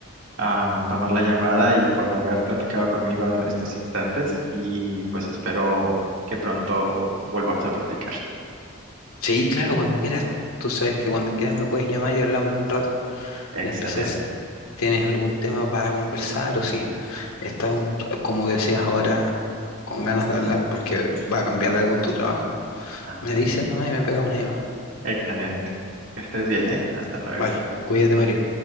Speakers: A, on the right (about 60°); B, on the left (about 85°).
A: ah, tomar la llamada y por haber platicado conmigo en estos instantes y pues espero que pronto volvamos a platicar.
B: Sí, claro, cuando quieras. Tú sabes que cuando quieras me puedes llamar y hablamos un rato.
A: Excelente.
B: En especial si tienes algún tema para conversar o si estás, un- como decías ahora, con ganas de hablar porque va a cambiar algo en tu trabajo.
A: Ándale.
B: Me dices, no, y me pega una llamada.
A: Excelente. Que estés bien, ¿eh? Hasta luego.
B: Vale, cuídate, Mario.